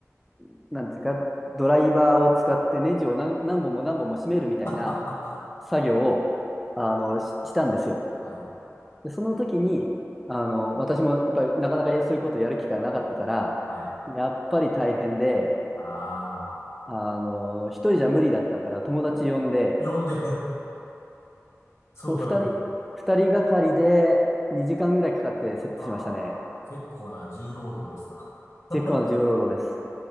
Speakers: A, in the centre; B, on the left.
A: う、なんていうか、ドライバーを使ってネジを何、何本も何本も締めるみたいな
B: <laughs>
A: 作業を、
B: は
A: あの、ししたんですよ。
B: いはい、
A: で、その時に、あの、私もいっぱいなかなかそういうことやる機会なかったから、
B: はい。
A: やっぱり大変で、
B: ああ、
A: あの、一人じゃ無理だったから友達呼んで、
B: お、呼んで <laughs> そのために。
A: と、二人、二人がかりで2時間ぐらいかかってセットしましたね。
B: ああ、結構な重労働ですな。<laughs>
A: チェックマンの重労働です。